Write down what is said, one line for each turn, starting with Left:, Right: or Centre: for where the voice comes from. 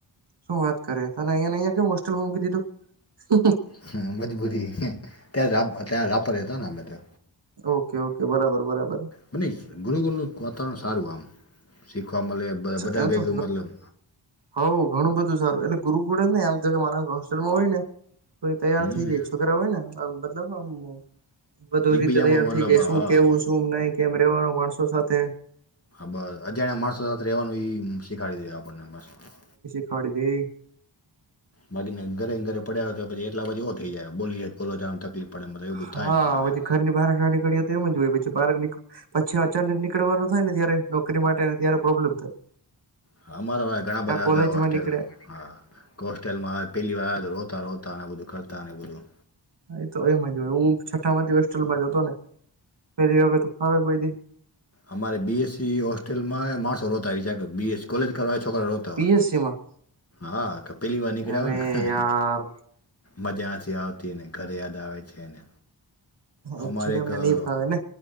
Right: શું વાત કરે તને અહિયા ને અહિયા કેમ હોસ્ટેલમાં મૂકી દીધું?
Left: હ મજબૂરી ત્યા ત્યાં રાપ તા રાપ માં રેહતો ને અમે તો.
Right: ઓકે ઓકે બરાબર બરાબર.
Left: આ ની ગુરુકુલનું વાતાવરણ સારું આમ શીખવા મલે બ-બધા
Right: એમ
Left: ભેગા
Right: તો
Left: મતલબ
Right: હઉ ઘણું બધું સારું એટલે ગુરુકળે ને આમ માણસ હોસ્ટેલમાં હોય ને કોઈ તૈયાર
Left: હમ
Right: થઈ જાય છોકરા હોય ને આ મતલબ આમ બધું
Left: એકબીજામાં
Right: રીતે તૈયાર
Left: મતલબ
Right: થઇ જાય
Left: હા
Right: શું કેવું શું નહી કેમ રેવાનો માણસો સાથે
Left: બસ અજાણ્યા માણસો સાથે રહેવાનું શીખાડી ડદે આપણને મસ્ત.
Right: ખોડી દે.
Left: બાકીને ઘરે ઘરે પડ્યા તો પછી એટલા બાજી થઈ જાય બોલી જ બોલો તકલીફ. પડે મતલબ એવું
Right: હા
Left: બધું થાય મતલબ
Right: હછી
Left: એમ
Right: ઘરની બહાર ના નીકળી્યા તો એમ જ હોય પછી બહાર ની પછી અચાનક નીકળવાનું થાય ને જયારે નોકરી માટેને ત્યારે પ્રોબ્લેમ થાય.
Left: હા, અમારા વા ઘણા
Right: કા
Left: બધા
Right: કોલેજમાં
Left: હતા હોસ્ટેલ
Right: નીકળે
Left: હા કો ટેટલમાં આવે પહેલી વા રોતા રોતા અને બધું કરતા ને બધું
Right: હ તો એમ જ હોય હું છઠ્ઠા માંથી હોસ્ટેલમાં જતો ને પેલી વખત ફાવે કોઈ દી
Left: અમારે બી એસ સી હોસ્ટેલમાં માણસો રોતા આવી જ કે બી એસ સી કોલેજ કરવા છોકરા રો તા
Right: પીએસસી
Left: હોય
Right: માં
Left: હા કે પહેલી વાર નીકળ્યા
Right: અરે
Left: હોયને.
Right: યાર
Left: મજાથી આવતી ને ઘર યાદ આવે છેને. અમારે
Right: એકચુલી
Left: એક
Right: અમને
Left: અહ
Right: નહી ફાવે ને